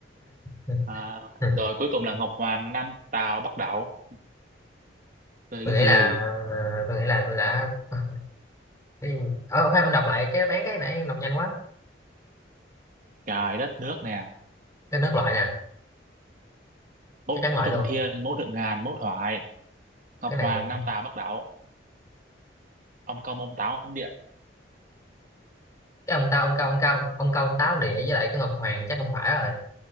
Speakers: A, on the left; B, on the right.
A: Ừ.
B: à,
A: Ừ.
B: rồi cuối cùng là ngọc hoàng nam tào bắc đẩu rồi
A: Tôi
B: cái
A: nghĩ
B: gì
A: là tôi nghĩ là tôi đã ờ, cái gì? Ờ, khoan ông đọc lại cái đáp án cái nãy ông đọc nhanh quá.
B: trời đất nước nè
A: Đất nước loại nè,
B: mẫu
A: chắc chắn loại
B: thượng
A: luôn.
B: thiên mẫu thượng ngàn mẫu thoại ngọc
A: Cái này
B: hoàng nam tào bắc đẩu ông công ông táo ông địa
A: cái ông tao ông cao ông cao ông công táo địa với lại cái ngọc hoàng chắc không phải rồi